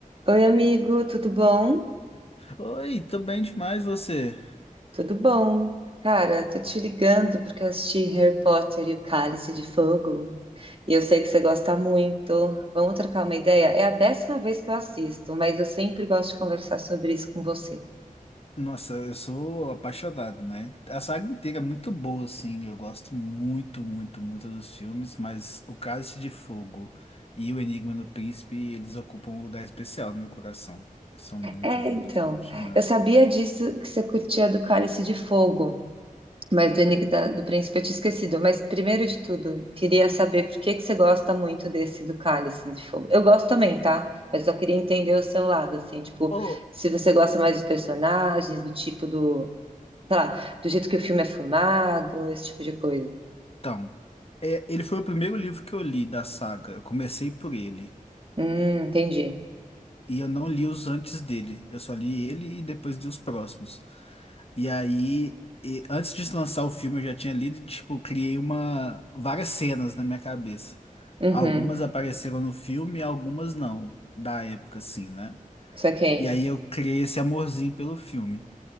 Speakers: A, on the right; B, on the left.
A: Oi, amigo, tudo bom?
B: Oi, tô bem demais você.
A: Tudo bom. Cara, tô te ligando porque eu assisti Harry Potter e o Cálice de Fogo e eu sei que você gosta muito. Vamos trocar uma ideia? É a décima vez que eu assisto, mas eu sempre gosto de conversar sobre isso com você.
B: Nossa, eu sou apaixonado, né? A saga inteira é muito boa, assim. Eu gosto muito, muito, muito dos filmes, mas O Cálice de Fogo e O Enigma do Príncipe, eles ocupam um lugar especial no meu coração. Eles são muito
A: É,
B: bons,
A: então,
B: eu sou apaixonado.
A: eu sabia disso que você curtia do Cálice de Fogo. Mas do Enigma da- do Príncipe eu tinha esquecido. Mas primeiro de tudo, queria saber por que que você gosta muito desse do Cálice de Fogo. Eu gosto também, tá? Mas eu queria entender o seu lado, assim, tipo,
B: Oh,
A: se você gosta mais dos personagens, do tipo do, sei lá, do jeito que o filme é filmado, esse tipo de coisa.
B: então, é, ele foi o primeiro livro que eu li da saga. Eu comecei por ele.
A: Hum, entendi.
B: E eu não li os antes dele. Eu só li ele e depois li os próximos. E aí, e- antes de lançar o filme, eu já tinha lido, e, tipo, criei uma várias cenas na minha cabeça.
A: Uhum,
B: Algumas apareceram no filme, algumas não, da época, assim, né?
A: saquei.
B: E aí eu criei esse amorzinho pelo filme.